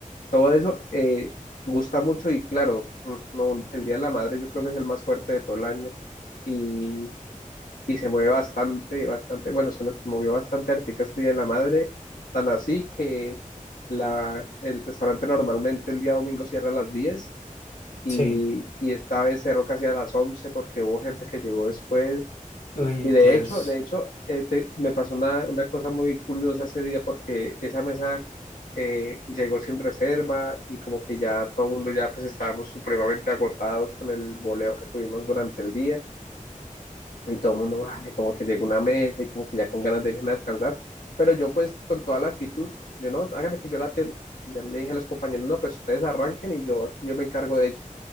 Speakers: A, on the left; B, on the left.
A: todo eso eh, gusta mucho y claro, mm, no, el Día de la Madre yo creo que es el más fuerte de todo el año y, y se mueve bastante, bastante, bueno, se, se movió bastante ahorita este Día de la Madre, tan así que la, el restaurante normalmente el día domingo cierra a las 10 y,
B: sí.
A: y esta vez cerró casi a las 11 porque hubo gente que llegó después
B: Uy,
A: y de
B: Dios.
A: hecho, de hecho, eh, te- me pasó una, una cosa muy curiosa ese día porque esa mesa eh, llegó sin reserva y como que ya todo el mundo ya pues estábamos supremamente agotados con el boleo que tuvimos durante el día y todo el mundo, vale, como que llegó una mesa y como que ya con ganas de irse a descansar. Pero yo pues con toda la actitud, yo no, háganle que yo la atiendo. Ya le dije a los compañeros, no, pues ustedes arranquen y yo, yo me encargo de ello.